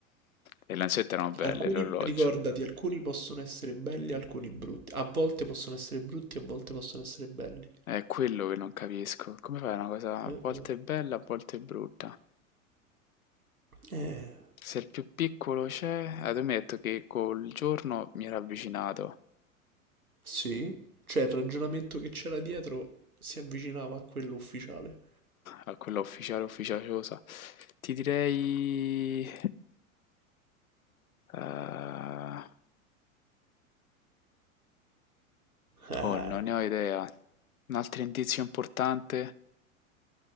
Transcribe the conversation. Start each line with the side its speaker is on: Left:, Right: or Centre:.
Left: Le lancette erano belle,
Right: Alcuni,
Left: l'orologio.
Right: ricordati, alcuni possono essere belli, alcuni brutti. A volte possono essere brutti, a volte possono essere belli.
Left: È quello che non capisco. Come fai una cosa
Right: Eh,
Left: a volte bella, a volte brutta?
Right: eh.
Left: Se il più piccolo c'è, eh, tu mi hai detto che col giorno mi era avvicinato
Right: Sì, cioè il ragionamento che c'era dietro si avvicinava a quello ufficiale.
Left: a quella ufficiale ufficiosa. Ti direi... eh,
Right: Eh.
Left: Oh, non ne ho idea. Un altro indizio importante?